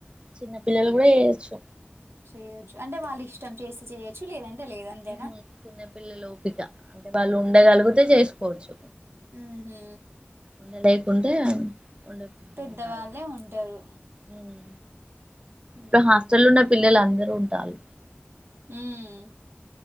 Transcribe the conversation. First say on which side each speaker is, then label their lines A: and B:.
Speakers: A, on the right; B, on the right.
A: చిన్న పిల్లలు కూడా చేయొచ్చు
B: చెయొచ్చు అంటే వాళ్ళు ఇష్టం చేస్తే చెయొచ్చు లేదంటే లేదు అంతేనా?
A: మ్మ్ చిన్నపిల్లల ఓపిక వాళ్ళు ఉండగలిగితే చేసుకోవచ్చు
B: ఉహు
A: ఉండలేకుంటే ఉండ <unintelligible>
B: పెద్దవాళ్ళే ఉంటారు
A: మ్మ్
B: ఉమ్
A: క హాస్టల్లున్న పిల్లలందరు ఉంటారు
B: మ్మ్